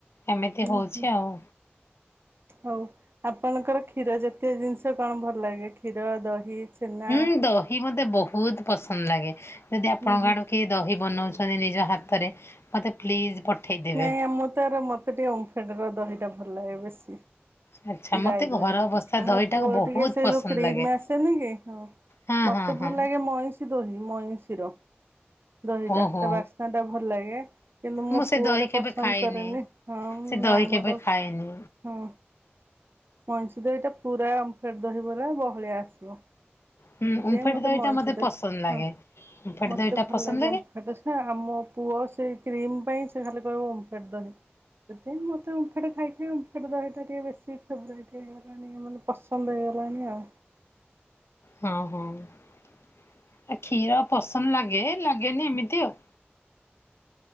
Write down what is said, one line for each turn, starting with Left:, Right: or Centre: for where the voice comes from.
Left: ଏମିତି
Right: ହୁଁ
Left: ହଉଛି
Right: ହୁଁ
Left: ଆଉ।
Right: ହଉ ଆପଣଙ୍କର କ୍ଷୀର ଜାତୀୟ ଜିନିଷ କଣ ଭଲ ଲାଗେ, କ୍ଷୀର, ଦହି ଛେନା?
Left: ହୁଁ ଦହି ମତେ ବହୁତ ପସନ୍ଦ ଲାଗେ ଯଦି ଆପଣଙ୍କ
Right: ହୁଁ ହୁଁ
Left: ଆଡୁ କିଏ ଦହି ବନଉଛି ନିଜ ହାତରେ ମତେ ପ୍ଲିଜ୍ ପଠେଇଦେବେ।
Right: ନାଇଁ ଆମ ତର ମତେ ଟିକେ ଓମ୍ଫେଡ ର ଦହିଟା ଭଲ ଲାଗେ ବେଶୀ।
Left: ଆଚ୍ଛା ମତେ
Right: ଗାଈ
Left: ଘର
Right: ଦହି ଅପେକ୍ଷା,
Left: ବସା ଦହିଟାକୁ
Right: ମୋ ପୁଅ ଟିକେ
Left: ବହୁତ
Right: ସେ
Left: ପସନ୍ଦ
Right: ଯୋଉ କ୍ରିମ
Left: ଲାଗେ।
Right: ଆସେନି କି ହଁ
Left: ହଁ
Right: ମତେ
Left: ହଁ
Right: ଭଲ
Left: ହଁ
Right: ଲାଗେ ମଇଁ ଦହି ମଇଁଶିର ଦହିଟା
Left: ଓହୋ
Right: ତା ବାସ୍ନା ଟା ଭଲ ଲାଗେ। କିନ୍ତୁ ମୋ
Left: ମୁଁ ସେ
Right: ପୁଅ
Left: ଦହି
Right: ଟା
Left: କେବେ
Right: ପସନ୍ଦ
Left: ଖାଇନି।
Right: କରେନି, ହଁ
Left: ସେ
Right: ନା
Left: ଦହି
Right: ଆମର
Left: କେବେ ଖାଇନି
Right: ହଁ। ମଇଶି ଦହିଟା ପୁରା ଓମ୍ଫେଡ ଦହି ଭଳିଆ ବହଳିଆ ଆସିବ।
Left: ହୁଁ
Right: ସେଥିପାଇଁ
Left: ଓମ୍ଫେଡ
Right: ମତେ
Left: ଦହିଟା
Right: ମଇଁଷି ଦହି
Left: ପସନ୍ଦ
Right: ଟା
Left: ଲାଗେ।
Right: ହଁ।
Left: ଓମ୍ଫେଡ
Right: ମତେ
Left: ଦହିଟା
Right: ଭଲ
Left: ପସନ୍ଦ
Right: ଲାଗେ ଓମ୍ଫେଡ୍ ର ଜେ ଆମ ପୁଅ ସେ କ କ୍ରିମ ପାଇଁ ସେ ଖାଲି କହିବ ଓମ୍ଫେଡ ଦହି। ସେଥି ପାଇଁ ମତେ ଓମ୍ଫେଡ ଖାଇ ଖାଇ ଓମ୍ଫେଡ ଦହିଟା ଟିକେ ବେଶୀ ଫେବ୍ରାଇଟ ହେଇଗଲାଣି, ମାନେ ପସନ୍ଦ ହେଇ ଗଲାଣି ଆଉ।
Left: ହଁ ହଁ ଆ କ୍ଷୀର ପସନ୍ଦ ଲାଗେ, ଲାଗେନି ଏମିତି ଆଉ।